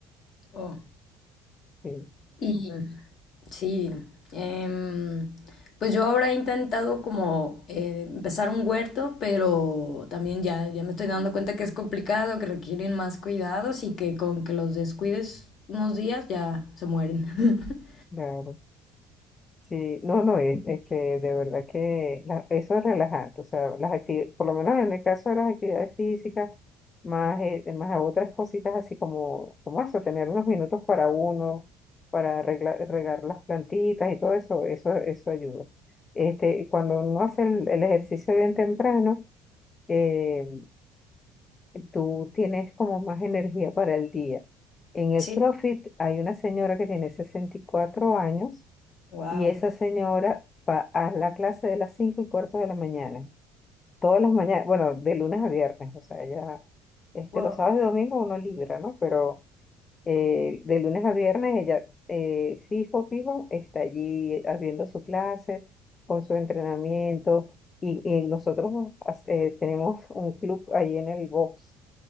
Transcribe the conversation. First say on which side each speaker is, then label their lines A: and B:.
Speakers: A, on the left; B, on the left.
A: oh.
B: sí.
A: Y sí, em, pues yo ahora he intentado como eh, empezar un huerto, pero también ya, ya me estoy dando cuenta que es complicado, que requieren más cuidados y que con que los descuides unos días ya se mueren. <laughs>
B: Claro, sí, no, no, es, es que de verdad que la- eso es relajante, o sea, las actividades, por lo menos en el caso de las actividades físicas, más, eh, más a otras cositas así como, como eso, tener unos minutos para uno, para regla- regar las plantitas y todo eso, eso, eso ayuda. Este, cuando uno hace el, el ejercicio bien temprano, eh, tú tienes como más energía para el día. En el
A: Sí,
B: CrossFit hay una señora que tiene sesenta y cuatro años
A: wow.
B: y esa señora va a la clase de las cinco y cuarto de la mañana. Todas las mañanas, bueno, de lunes a viernes, o sea, ella, este,
A: Wow.
B: los sábados y domingos uno libra, ¿no? Pero eh, de lunes a viernes ella, eh, fijo, fijo, está allí haciendo su clase, con su entrenamiento. Y, y nosotros as- eh, tenemos un club ahí en el box